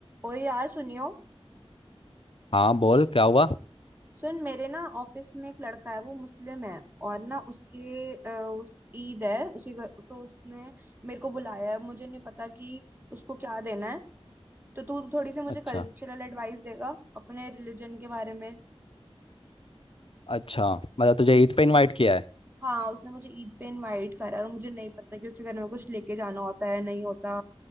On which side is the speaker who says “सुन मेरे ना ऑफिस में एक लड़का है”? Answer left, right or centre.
Right